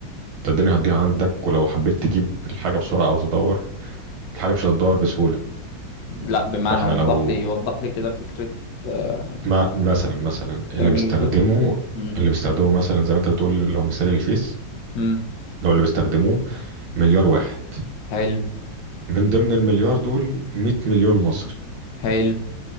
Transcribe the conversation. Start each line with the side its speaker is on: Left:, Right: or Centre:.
Right: أنت الدنيا هتضيع عندك ولو حبيت تجيب الحاجة بسرعة أو تدور الحاجة مش هتدور بسهولة
Left: لا بمعنى
Right: فاحنا
Left: وضح
Right: لو
Left: لي وضح لي كده فكرة آه...
Right: ما مثلا مثلا اللي
Left: الكلام
Right: بيستخدمه
Left: اللي بتقوله امم
Right: اللي بيستخدمه مثلا زي ما انت بتقول لو مثال الفيس
Left: امم
Right: لو اللي بيستخدموه مليار واحد
Left: حلو
Right: من ضمن المليار دول 100 مليون مصري
Left: حلو